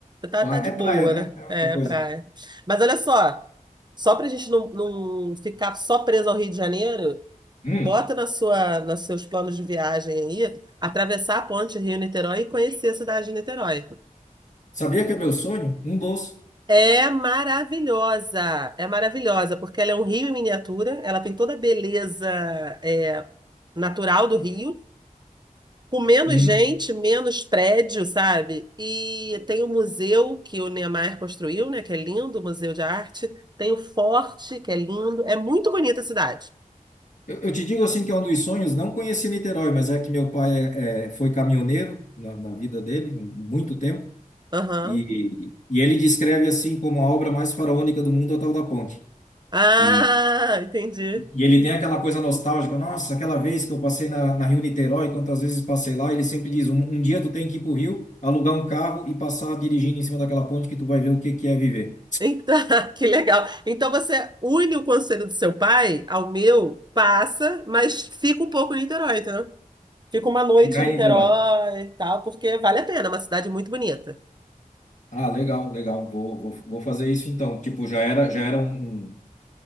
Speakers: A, on the right (about 30°); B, on the left (about 60°).
A: Tá,
B: Pá,
A: tá de
B: É
A: boa,
B: praia, né?
A: né?
B: É
A: É,
B: outra coisa.
A: praia. Mas olha só, só pra gente não, não ficar só preso ao Rio de Janeiro,
B: Hum.
A: bota na sua, nos seus planos de viagem aí, atravessar a ponte Rio-Niterói e conhecer a cidade de Niterói.
B: Sabia que é meu sonho? Um doce.
A: É maravilhosa, é maravilhosa, porque ela é um rio em miniatura, ela tem toda a beleza, é, natural do Rio, com menos
B: Hum.
A: gente, menos prédio, sabe? E tem o museu que o Niemeyer construiu, né? Que é lindo, o Museu de Arte. Tem o Forte, que é lindo. É muito bonita a cidade.
B: Eu, eu te digo assim que é um dos sonhos, não conheci Niterói, mas é que meu pai é, é, foi caminhoneiro na, na vida dele, um, muito tempo,
A: Aham.
B: e, e ele descreve assim como a obra mais faraônica do mundo, a tal da ponte.
A: Ah,
B: E,
A: entendi.
B: E ele tem aquela coisa nostálgica, nossa, aquela vez que eu passei na, na Rio Niterói, quantas vezes passei lá, ele sempre diz, um, um dia tu tem que ir pro Rio, alugar um carro e passar dirigindo em cima daquela ponte que tu vai ver o que que é viver.
A: Então, <laughs> que legal. Então você une o conselho do seu pai ao meu, passa, mas fica um pouco em Niterói, entendeu? Fica uma noite
B: Ficar
A: em Niterói
B: em Niterói.
A: e tal, porque vale a pena, é uma cidade muito bonita.
B: Ah, legal, legal, vou, vou, vou fazer isso então. Tipo, já era, já era um, um,